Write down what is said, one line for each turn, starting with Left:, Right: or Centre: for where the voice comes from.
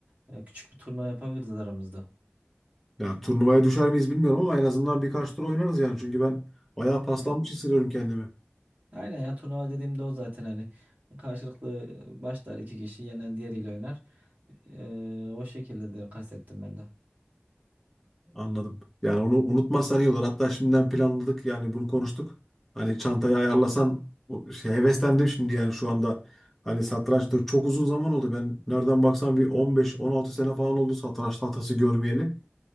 Right: E, küçük bir turnuva yapabiliriz aramızda.
Centre: Ya turnuvaya düşer miyiz bilmiyorum ama en azından birkaç tur oynarız yani. Çünkü ben bayağı paslanmış
Right: Ya,
Centre: hissediyorum kendimi.
Right: aynen ya turnuva dediğimde o zaten hani karşılıklı başlar iki kişi yenen diğeriyle oynar. E, o şekilde de kastettim ben de.
Centre: Anladım. Yani onu unutmazsan iyi olur. Hatta şimdiden planladık yani bunu konuştuk. Hani çantayı ayarlasan o şey, heveslendim şimdi yani şu anda. Hani satrançta çok uzun zaman oldu. Ben nereden baksan bir 15-16 sene falan oldu satranç tahtası görmeyeli.